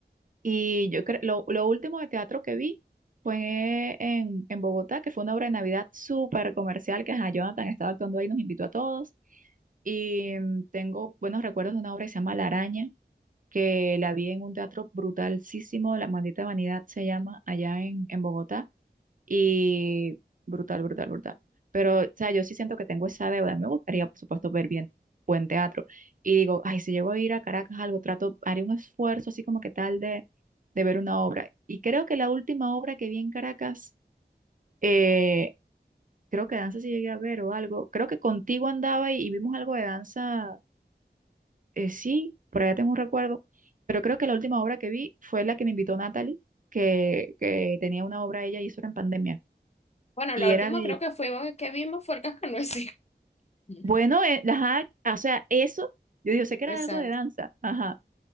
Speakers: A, on the right; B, on the left.
A: Y yo creo, lo, lo último de teatro que vi fue en, en Bogotá, que fue una obra de Navidad súper comercial, que ajá, Jonathan estaba actuando ahí, nos invitó a todos. Y mm, tengo buenos recuerdos de una obra que se llama La Araña, que la vi en un teatro brutalísimo, La Maldita Vanidad se llama, allá en, en Bogotá. Y brutal, brutal, brutal. Pero, o sea, yo sí siento que tengo esa deuda. A mí Me gustaría, por supuesto, ver bien buen teatro. Y digo, ay, si llego a ir a Caracas, algo, trato, haré un esfuerzo así como que tal de, de ver una obra. Y creo que la última obra que vi en Caracas, eh, creo que danza sí llegué a ver o algo. Creo que contigo andaba y, y vimos algo de danza eh, sí, por allá tengo un recuerdo, pero creo que la última obra que vi fue la que me invitó Natalie, que, que tenía una obra ella y eso era en pandemia.
B: Bueno,
A: Y
B: la última
A: era de,
B: creo que fuimos que vimos fue el Cascanueces. <laughs>
A: bueno, eh, ajá, o sea, eso, yo digo, sé que
B: Exacto.
A: era algo de danza, ajá,